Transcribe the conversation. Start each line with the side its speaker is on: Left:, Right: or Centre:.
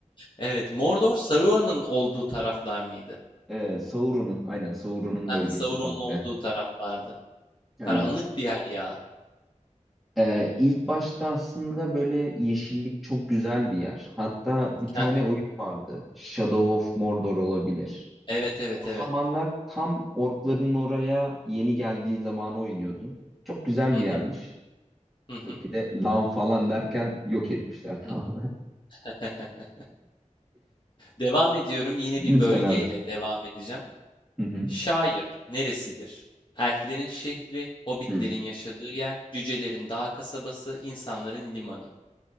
Left: Evet, Mordor Saruman'ın olduğu taraflar mıydı?
Centre: Ee, Sauron'un aynen Sauron'un
Left: <laughs> Hı
Centre: bölgesi
Left: hı, Sauron'un
Centre: komple.
Left: olduğu taraflardı.
Centre: Aynen.
Left: Karanlık bir yer ya.
Centre: Ee, ilk başta aslında böyle yeşillik çok güzel bir yer. Hatta bir tane
Left: <laughs> Hı
Centre: oyun vardı. Shadow of Mordor olabilir.
Left: Evet, evet,
Centre: O zamanlar
Left: evet.
Centre: tam orkların oraya yeni geldiği zamanı oynuyordum. Çok güzel
Left: Hı
Centre: bir
Left: hı,
Centre: yermiş.
Left: hı hı,
Centre: Tabii ki de lav falan derken yok etmişler tamamen.
Left: hı hı. <laughs> Devam ediyorum yine bir
Centre: <laughs> Lütfen
Left: bölgeyle
Centre: abi.
Left: devam edeceğim.
Centre: Hı hı.
Left: Şair neresidir? Elflerin şehri, hobbitlerin
Centre: Hı.
Left: yaşadığı yer, cücelerin dağ kasabası, insanların limanı.